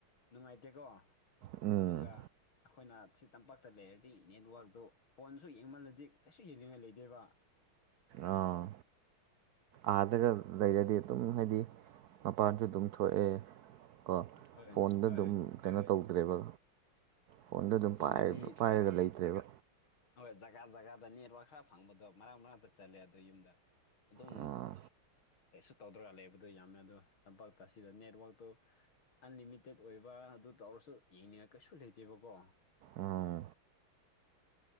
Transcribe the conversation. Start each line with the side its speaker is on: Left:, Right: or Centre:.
Left: ꯅꯨꯡꯉꯥꯏꯇꯦꯀꯣ
Right: ꯎꯝ
Left: ꯑꯗꯨꯒ ꯑꯩꯈꯣꯏꯅ ꯁꯤ ꯇꯝꯄꯥꯛꯇ ꯂꯩꯔꯗꯤ ꯅꯦꯠꯋꯥꯛꯛꯇꯨ ꯐꯣꯟꯁꯨ ꯌꯦꯡꯃꯜꯂꯗꯤ ꯀꯩꯁꯨ ꯌꯦꯡꯅꯤꯡꯉꯥꯏ ꯂꯩꯗꯦꯕ
Right: ꯑꯥ ꯑꯥꯖꯒ ꯂꯩꯔꯗꯤ ꯑꯗꯨꯝ ꯍꯥꯏꯗꯤ ꯃꯄꯥꯟꯁꯨ ꯑꯗꯨꯝ
Left: ꯑꯁ
Right: ꯊꯣꯛꯑꯦ ꯀꯣ
Left: ꯍꯣꯏ
Right: ꯐꯣꯟꯗ
Left: ꯍꯣꯏ
Right: ꯑꯗꯨꯝ ꯀꯩꯅꯣ ꯇꯧꯗ꯭ꯔꯦꯕ ꯐꯣꯟꯗ
Left: ꯑꯁ
Right: ꯑꯗꯨꯝ
Left: ꯆꯤꯡꯗꯗꯤ
Right: ꯄꯥꯏꯔꯒ
Left: ꯖꯒꯥ
Right: ꯂꯩꯇ꯭ꯔꯦꯕ
Left: ꯍꯣꯏ ꯖꯒꯥ ꯖꯒꯥꯗ ꯅꯦꯠꯋꯔꯛ ꯈꯔ ꯐꯪꯕꯗꯣ ꯃꯔꯛ ꯃꯔꯅꯥꯛꯇ ꯆꯜꯂꯦ ꯑꯗꯣ ꯌꯨꯝꯗ ꯑꯗꯨꯝ
Right: ꯑꯥ
Left: ꯀꯩꯁꯨ ꯇꯧꯗ꯭ꯔꯒ ꯂꯩꯕꯗꯣ ꯌꯥꯝꯃꯦ ꯑꯗꯣ ꯇꯝꯄꯥꯛꯇ ꯑꯁꯤꯗ ꯅꯦꯠꯋꯥꯛꯇꯨ ꯑꯟꯂꯤꯃꯤꯇꯦꯠ ꯑꯣꯏꯕ ꯑꯗꯨ ꯇꯧꯔꯁꯨ ꯌꯦꯡꯅꯤꯡꯉ ꯀꯩꯁꯨ ꯂꯩꯇꯦꯕꯀꯣ
Right: ꯎꯝ